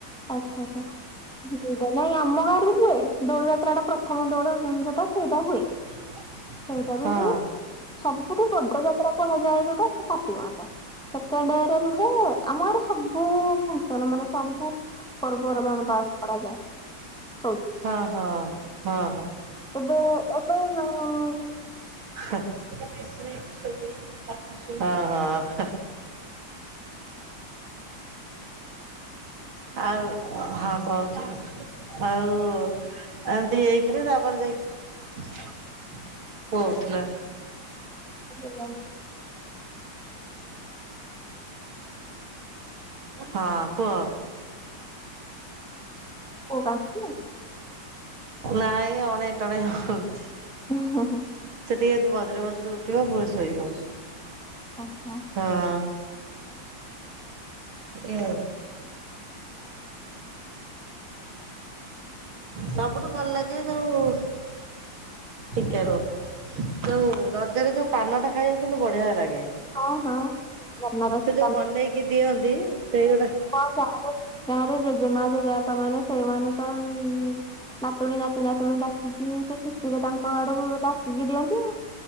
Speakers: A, in the centre; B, on the right.
A: ଆଚ୍ଛା-ଆଛା। ଦିଟା ନାଇଁ ଆମ ଗାଆଁରେ ବି ହୁଏ, ଦୋଳ ଯାତ୍ରାଟା ପ୍ରଥମ ଦୋଳ ଯୋଉଟା ସେଇଟା ହୁଏ।
B: <unintelligible>
A: ସେଇଟା ବି
B: ହଁ
A: ହୁଏ କିନ୍ତୁ ସବୁଠୁ ବଡ ଯାତ୍ରା କୁହାଯାଏ। ଯୋଉଟା ସେଟା କାର୍ତ୍ତିକ ମାସ। ସେକଣ୍ଡରେ ରୁହେ। ଆମ ଗାଁରେ ସବୁ ଫଙ୍କସନ ମାନେ ସବୁ ପର୍ବପର୍ବାଣି ପାଳନ କରାଯାଏ ହୋଉଚି।
B: ହଁ ହଁ ହଁ ହଁ।
A: ଏବେ ଆପଣ <unintelligible>
B: <unintelligible> ହଁ ହଁ। ଆଉ ହଁ କୋହୁଥିଲେ ଆଉ ଏମିତି ହେଇକିରି ତାପରେ ଯାଇକି କୋଉଥିଲେ।
A: <unintelligible>
B: ହଁ କୁହ।
A: ପୁଅ କାନ୍ଦୁଚି।
B: ନାଇଁ ଅଣେଇ ଟଣେଇ ହୋଉଚି।
A: ଉଁ ହୁଁ ହୁଁ।
B: ସେ ଟିକେ ମଝିରେ ମଝିରେ ଉଠିବ ପୁଣି ଶୋଇବ
A: ଆଚ୍ଛା
B: ହଁ। ଏ ସବୁଠୁ ଭଲ ଲାଗେ ଯୋଉ ଟିକେ ରୁହ ଯୋଉ ରଜରେ ଯୋଉ ପାନଟା ଖାଇବୁ କିନ୍ତୁ ବଢିଆ ଲାଗେ।
A: ହଁ ହଁ ବନାରସୀ
B: ସେ ଯୋଉ ବନେଇକି ଦିଅନ୍ତି। ସେଇ ଗୁଡା
A: ହଁ ଯାହା ହେଲେ ଯା ହେଲେ ଜେଜେମା ଜେଜେବାପାମାନେ ସେଇ ମାନେ ତ ଉଁ ନାତୁଣୀ ନାତି ନାତୁଣୀ ଡାକିକି ସେ ଖୁସିରେ ତାଙ୍କ ଆଡୁକ ଡାକିକି ଦିଅନ୍ତି ଆଉ।